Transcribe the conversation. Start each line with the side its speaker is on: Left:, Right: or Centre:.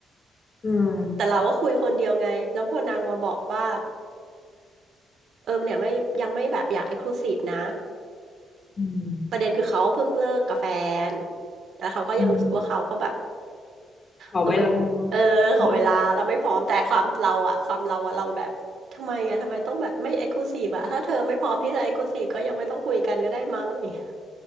Left: อืม
Right: แต่เราก็คุยคนเดียวไงแล้วพอนางมาบอกว่าเออเนี่ยไม่ยังไม่แบบอยากเอ็กซ์คลูซีฟนะ
Left: อืม
Right: ประเด็นคือเขาเพิ่งเลิกกับแฟนแล้วเขาก็ยังรู้สึกว่าเขาก็แบบ
Left: อืมขอเวลา
Right: เออไม่เออขอเวลาเราไม่พร้อมแต่ความเราอะความเราอะเราแบบทำไมอะทำไมต้องแบบไม่เอ็กซ์คลูซีฟอะถ้าเธอไม่พร้อมที่จะเอ็กซ์คลูซีฟก็ยังไม่ต้องคุยกันก็ได้มั้งอะไรอย่างเงี้ย
Left: ไหม